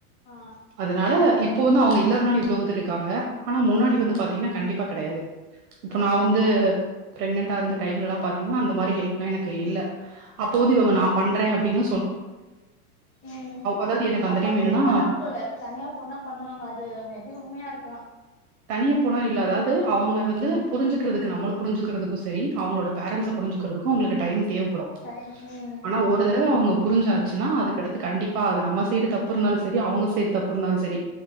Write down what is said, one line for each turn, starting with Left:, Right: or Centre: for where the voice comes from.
Left: ஆ
Right: அதனால இப்ப வந்து அவுங்க இல்லாதனால இவ்வளவு இது இருக்காங்க ஆனா முன்னாடி
Left: ஆ
Right: வந்து பாத்தீங்கனா கண்டிப்பா கெடையாது இப்ப
Left: ஆ
Right: நா வந்து பிரெக்னன்டா இருந்த டைம்லல்லா பாத்தீங்கன்னா அந்த மாதிரி ஹெல்ப் எனக்கு இல்ல அப்போ வந்து
Left: ஆ
Right: இவங்க நான் பண்ற அப்டின்னு
Left: ம்
Right: அதாவது எனக்கு அந்த
Left: அப்ப
Right: டைம்
Left: அது
Right: என்னன்னா
Left: உண்மைதா போல தனியா போனா பண்ணுவாங்க அது மேபி உண்மையாருக்கலா
Right: நீ போன இல்ல அதாது அவங்க வந்து புரிஞ்சுக்கிறதுக்கு நம்மல புரிஞ்சுகிறதுக்கு சரி அவங்களோட பேரன்ட்ஸ் புரிஞ்சுக்கு கு ஒங்களுக்கு டைம் தேவப்படும்
Left: டைம் ம்
Right: ஆனா ஒரு தடவ அவுங்க புரிஞ்சாச்சுனா அதுக்கடுத்து கண்டிப்பா அது நம்ம சைட் தப்பு இருந்தாலு சரி அவ்ங்க சைட் தப்பு இருந்தாலு சரி.